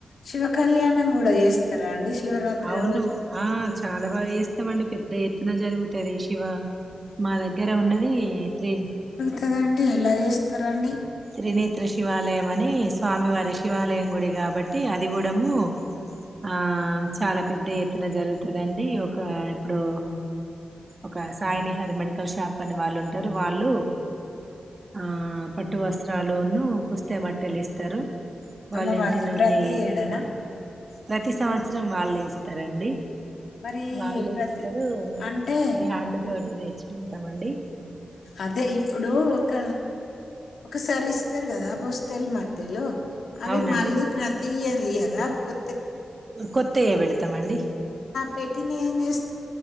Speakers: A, on the left; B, on the right.
A: శివ కళ్యాణం కూడా చేస్తారా అండి శివరాత్రి
B: అవును
A: రోజు?
B: ఆ చాలా బాగా చేస్తామండి పెద్ద ఎత్తున జరుగుతది శివ మా దగ్గర ఉన్నది త్రీ
A: కదండి ఎలా చేస్తారండి
B: త్రినేత్ర శివాలయం అని స్వామివారి శివాలయం గుడి కాబట్టి అది కుడము ఆ చాలా పెద్ద ఎత్తున జరుగుతదండి ఒక ఇప్పుడు ఒక సాయినిహర్ మెడికల్ షాప్ అని వాళ్ళు ఉంటారు వాళ్ళు ఆ పట్టు వస్త్రాలున్ను పుస్తే మట్టలు ఇస్తారు వాళ్ళ
A: అమ్మవారికి?
B: ఇంటి నుండి
A: ప్రతి ఏడానా?
B: ప్రతి సంవత్సరం వాళ్ళే ఇస్తారండి
A: మరి
B: వాళ్ళు
A: ప్రతి
B: ఇస్తారు
A: అంటే
B: బ్యాండుతోటి
A: ఇప్
B: తెచుకుంటామండి
A: అదే ఇప్పుడు ఒక ఒకసారి ఇస్తరు కదా పుస్తెలు మట్టెలు అవి
B: అవునండి
A: మళ్ళీ ప్రతి ఇయర్ ఇయ్యరా కొ
B: కొత్తయ పెడతామండి
A: పెట్టినయ్ ఏం చేస్త